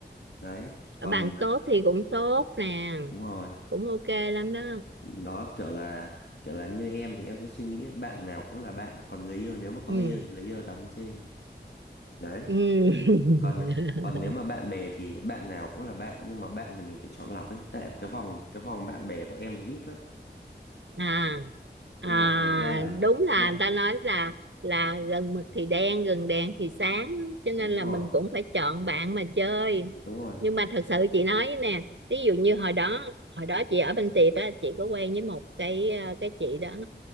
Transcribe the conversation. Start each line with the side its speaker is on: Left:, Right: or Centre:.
Left: đấy còn
Right: bạn
Left: à,
Right: tốt thì cũng tốt nè
Left: đúng rồi
Right: cũng ok lắm đó
Left: đó kiểu là kiểu là như em thì em sẽ suy nghĩ bạn nào cũng là bạn còn người yêu nếu mà có
Right: ừ
Left: người yêu thì người yêu đặt lên trên đấy
Right: ừ <laughs>
Left: còn còn nếu mà bạn bè thì bạn nào cũng là bạn nhưng mà bạn thì mình phải chọn lọc ấy tại cái vòng cái vòng bạn bè của em nó ít lắm
Right: à À,
Left: nên là thành ra là
Right: đúng là
Left: em
Right: người ta nói là là gần mực thì đen gần đèn thì sáng cho nên
Left: đúng
Right: là
Left: rồi
Right: mình cũng phải chọn bạn mà chơi
Left: đúng rồi
Right: nhưng mà thật sự chị nói với nè ví dụ như hồi đó hồi đó chị ở bên tiệp á chị có quen với một cái ờ, cái chị đó